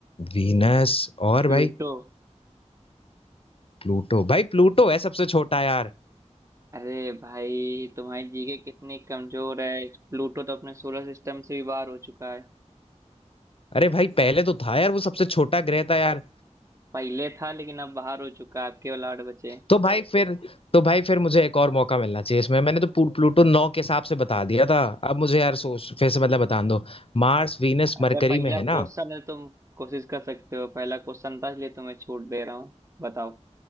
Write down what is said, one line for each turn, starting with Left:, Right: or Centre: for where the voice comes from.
Left: वीनस और
Right: प्लूटो
Left: भाई प्लूटो भाई प्लूटो है सबसे छोटा यार
Right: अरे भाई तुम्हारी जीके कितनी कमजोर है प्लूटो तो अपने सोलर सिस्टम से भी बाहर हो चुका है
Left: अरे भाई पहले तो था यार वो सबसे छोटा ग्रह था यार
Right: पहले था लेकिन अब बाहर हो चुका है आपके केवल आठ बचे हैं।
Left: तो भाई फिर तो भाई फिर मुझे एक और मौका मिलना चाहिए इसमें मैंने तो प्लू- प्लूटो नौ के हिसाब से बता दिया था अब मुझे यार सोच फिर से मतलब बता दो मार्स वीनस
Right: अच्छा
Left: मरकरी
Right: पहला
Left: में है ना
Right: क्वेश्चन है तुम कोशिश कर सकते हो पहला क्वेश्चन था इसलिए तुम्हें छूट दे रहा हूँ बताओ